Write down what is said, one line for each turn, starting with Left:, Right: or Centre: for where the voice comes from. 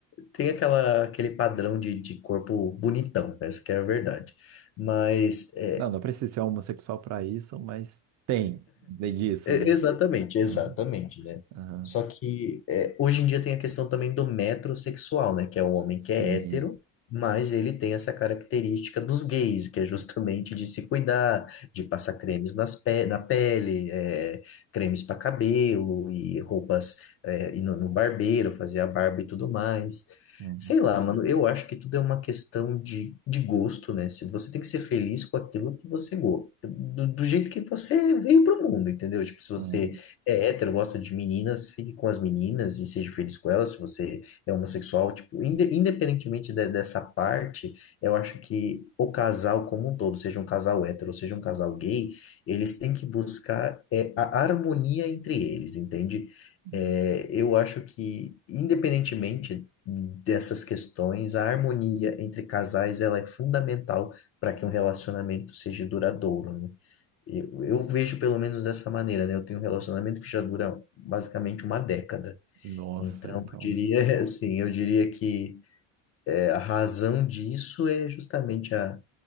Left: Tem aquela, aquele padrão de, de corpo bonitão, essa que é a verdade. Mas é,
Right: não, não precisa ser homossexual para isso, mas tem de- disso,
Left: É,
Right: né?
Left: Exatamente, exatamente,
Right: Aham,
Left: né?
Right: aham,
Left: Só que é, hoje em dia tem a questão também do metrosexual, né? Que é o homem
Right: sim.
Left: que é hétero, mas ele tem essa característica dos gays, que é justamente de se cuidar, de passar cremes nas pe na pele, é, cremes para cabelo e roupas é, ir no, no barbeiro, fazer a barba e tudo mais.
Right: Uhum,
Left: Sei lá, mano, eu acho que tudo é uma questão de, de gosto, né? Se você tem que ser feliz com aquilo que você gosta, do, do jeito que você veio pro mundo, entendeu? Tipo, se você
Right: uhum.
Left: é hétero, gosta de meninas, fique com as meninas e seja feliz com elas. Se você é homossexual, tipo, inde- independentemente de- dessa parte, eu acho que o casal como um todo, seja um casal hétero, ou seja um casal gay, eles têm que buscar é, a harmonia entre eles, entende?
Right: uhum.
Left: É, eu acho que, independentemente dessas questões, a harmonia entre casais, ela é fundamental para que um relacionamento seja duradouro, né? Eu, eu vejo pelo menos dessa maneira, né? Eu tenho um relacionamento que já dura basicamente uma década.
Right: Nossa,
Left: Então,
Right: então.
Left: eu diria <laughs> assim, eu diria que é, a razão disso é justamente a,